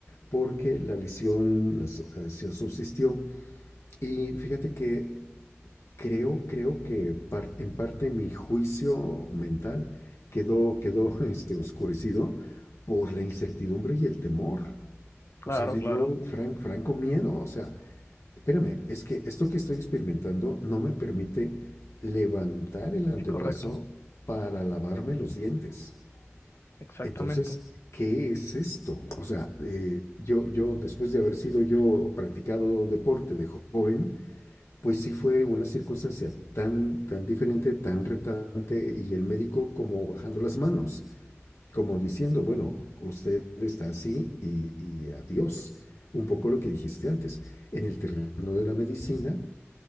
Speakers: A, on the left; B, on the left.
A: porque la lesión, la, la lesión subsistió, y fíjate que creo, creo que par- en parte mi juicio mental quedó, quedó <laughs> este, oscurecido por la incertidumbre y el temor.
B: Claro,
A: O sea, me
B: claro.
A: dio fran- franco miedo. O sea, espérame, es que esto que estoy experimentando no me permite levantar el antebrazo
B: Es correcto.
A: para lavarme los dientes.
B: Exactamente.
A: Entonces, ¿qué es esto? O sea, eh, yo, yo después de haber sido yo practicado deporte de joven, pues sí fue una circunstancia tan, tan diferente, tan retante, y el médico como bajando las manos, como diciendo, bueno, usted está así y, y adiós. Un poco lo que dijiste antes. En el terreno de la medicina,